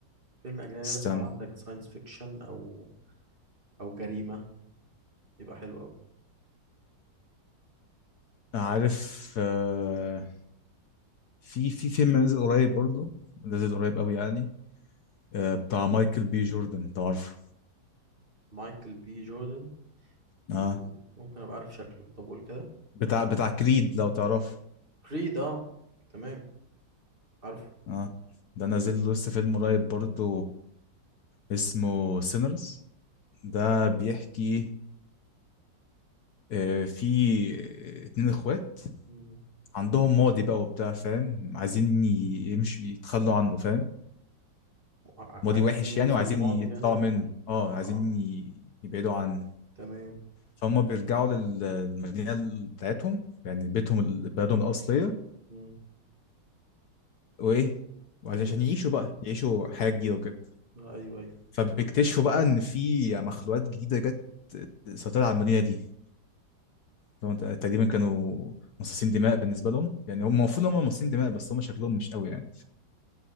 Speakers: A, on the right; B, on the left.
A: فيلم اجنبي
B: استنى
A: بقى لو عندك ساينس فيكشن او او جريمة يبقى حلو قوي
B: عارف آه، في في فيلم نازل قريب برضو نازل قريب قوي يعني آه، بتاع مايكل بي جوردن لو عارفه
A: مايكل بي جوردن مم،
B: اه
A: ممكن ابقى عارف شكله طب قول كده
B: بتاع
A: قول
B: بتاع كريد لو تعرفه
A: كريد اه تمام عارفه
B: اه ده نازل له لسه فيلم قريب برضو اسمه سينرز ده بيحكي آه، في آه، اتنين اخوات
A: مم.
B: عندهم ماضي بقى وبتاع فاهم عايزين ي- يمشي يتخلوا عنه فاهم
A: ع-
B: ماضي
A: عايزين
B: وحش
A: ينسوا
B: يعني وعايزين
A: الماضي
B: يطلعوا
A: يعني عايزين
B: منه اه عايزين
A: اه
B: ي- يبعدوا عنه
A: تمام
B: فهم بيرجعوا لل- للمدينة بتاعتهم يعني بيتهم ال- بلدهم الأصلية
A: مم.
B: وإيه وعايزين
A: ايوه
B: عشان يعيشوا بقى يعيشوا حياة جديدة وكده
A: آه ايوه ايوه
B: فبيكتشفوا بقى إن في مخلوقات جديدة جت سيطرت على المدينة دي لو انت تقريبا كانوا مصاصين دماء بالنسبه لهم يعني هم المفروض هم مصاصين دماء بس هم شكلهم مش قوي يعني